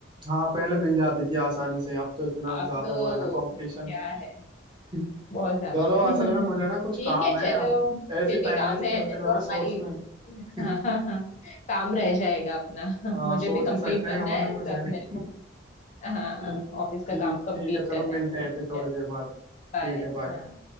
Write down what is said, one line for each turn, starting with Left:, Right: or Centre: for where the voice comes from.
Right: हाँ पहले मिल जाती थी आसानी से अब तो इतना
Left: अब
Right: ज्यादा
Left: तो
Right: वो है ना कंपटीशन
Left: क्या है
Right: <laughs>
Left: बहुत ज्यादा
Right: चलो
Left: <laughs>
Right: असल में मुझे ना कुछ
Left: ठीक
Right: काम
Left: है
Right: है
Left: चलो
Right: अब
Left: मुझे
Right: ऐसे
Left: भी
Right: टाइम
Left: काम
Right: वेस्ट
Left: है
Right: करते
Left: नहीं
Right: रहोगे
Left: तो हमारी
Right: सोच में
Left: <laughs>
Right: <laughs>
Left: हाँ हाँ हाँ काम रह जाएगा अपना <laughs>
Right: हाँ
Left: मुझे
Right: सोच
Left: भी कंप्लीट
Right: ही सकते
Left: करना
Right: हैं होना
Left: है
Right: कुछ
Left: सब
Right: है नहीं
Left: मेरे को हाँ
Right: ठीक
Left: ऑफिस का
Right: ठीक
Left: काम कंप्लीट
Right: ठीक है चलो
Left: करना
Right: मिलते
Left: है मुझे
Right: हैं
Left: चलो
Right: फिर थोड़ी देर बाद
Left: बाय
Right: ठीक है बाय
Left: हाँ